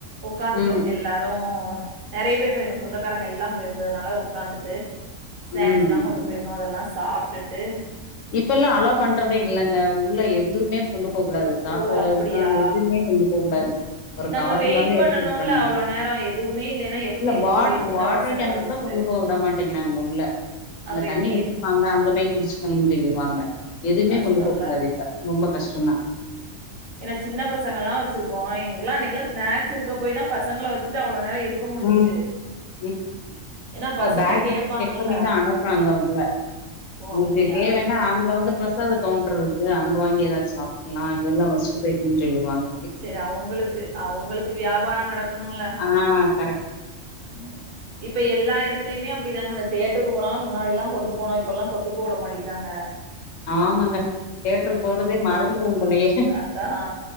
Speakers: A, on the right (about 85°); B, on the left (about 75°).
A: உ்காந்துட்டோம்
B: ம்,
A: எல்லாரும் ஆம்ச் நறைப்பேர் போயிருந்தம் சொந்தக்காரங்க எல்லாம் போயிருந்தது நால உட்காந்துட்டு ஸ்நாக்ஸ்ல்லாம்
B: ம்.
A: கொண்டு போயிட்டுருந்தோ அதல்லாம் சாப்டுட்டு
B: இப்பயில்லாம் அலோ பண்றதே இல்லங்க உள்ள எத்துவுமே கொண்டு போ கூடாது சாப்பிடற
A: ஓ! அப்படியா?
B: ஐட்டம்எத்துவுமே கொண்டு போக கூடாது ஒரு
A: நம்ம
B: கவர் இருந்தாலும்
A: வெயிட் பண்ணணும்ல
B: ஏத்து விட்டுறாங்க
A: அவ்ளோ நேரம். எதுவுமே இல்லைன்னா எப்படி
B: இல்ல
A: இருக்க
B: வாட்ரு
A: முடியும் சின்ன
B: வாட்ரு
A: பசங்கள
B: கேன்னு
A: வச்சுட்டு.
B: கூட கொண்டு போக விடமாடெங்கிறாங்க உள்ள அங்க
A: அப்ப
B: தண்ணி
A: எப்படி
B: வச்சிருப்பாங்க அங்க போய் குடிச்சு <unintelligible>
A: இரு-
B: எதுமே
A: கஷ்டம்ல.
B: கொண்டு போக்ககூடத இப்ப ரொம்ப கஷ்டம் தா
A: ஏன்ன சின்ன பசங்கல்லா வச்சிருக்கோ எங்ளுகெள்ளாம் அன்னைகியிலாம் ஸ்நாக்ஸ்யிருக்கபோய் தான் பசங்கள வச்சுட்டு அவ்ளோ நேரம் இருக்க முடிஞ்சுச்சு.
B: ம் ம்
A: ஏன்னா பசங்க
B: பேக்
A: கேப்பாங்கல்ல
B: செக் பண்ணிதான் அனுப்பறாங்க உள்ள
A: ஓ
B: உனக்கு
A: அப்டியா
B: தேவன்னா அங்க வந்து பிரசாத கவுண்டர்ரு இருக்குள அங்க வாங்கி ஏதாச்சும் சாப்பலாம் இல்லனா வச்சிட்டு போய்டென்னு சொல்லிருவாங்க
A: செரி அவுங்களுக்கு அவுங்களுக்கு வியாபாரம் நடக்கணுல்ல
B: <unintelligible> ஹ
A: ம் இப்ப எல்லா இடத்திலிமே அப்டிதாங்க இந்த தேட்டருக்கு போனாலும் முன்னாடிலாம் எல்லாம் கொண்டு போனு இப்பெல்லாம் கொண்டு போக விட மாட்டிக்கிறாங்க
B: ஆமாங்க தேட்டருக்கு போறதே மறந்துருவோ போலயே
A: அதான்